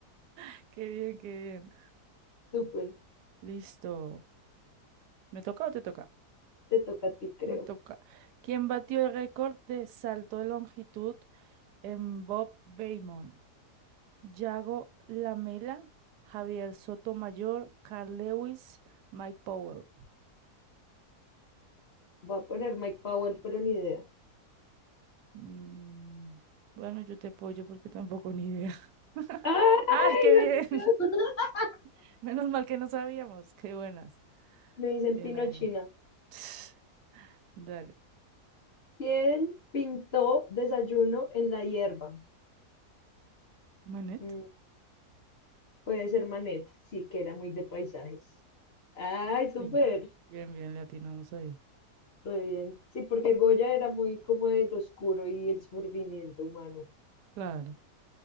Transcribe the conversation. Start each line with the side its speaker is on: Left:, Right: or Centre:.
Right: <laughs> Qué bien, qué bien.
Left: Súper,
Right: Listo. ¿Me toca o te toca?
Left: te toca a ti, creo.
Right: Me toca. ¿Quién batió el récord de salto de longitud en Bob Beamon, Yago Lamela, Javier Sotomayor, Carl Lewis, Mike Powell.
Left: Voy a poner Mike Powell, pero ni idea.
Right: Mm, bueno, yo te apoyo porque tampoco ni idea. <laughs>
Left: ¡Ay,
Right: ¡Ay, qué
Left: la
Right: bien!
Left: <laughs>
Right: <laughs> Menos mal que no sabíamos. Qué buenas.
Left: Me dicen
Right: Bien
Left: Pinochina.
Right: ahí. <sniffs> Dale.
Left: ¿Quién pintó desayuno en la hierba?
Right: ¿Manet?
Left: Mm, puede ser Manet, sí que era muy de paisajes. ¡Ay, súper!
Right: Sí. Bien, bien, le atinamos ahí.
Left: Re bien. Sí, porque Goya era muy como del oscuro y el sufrimiento humano.
Right: Claro.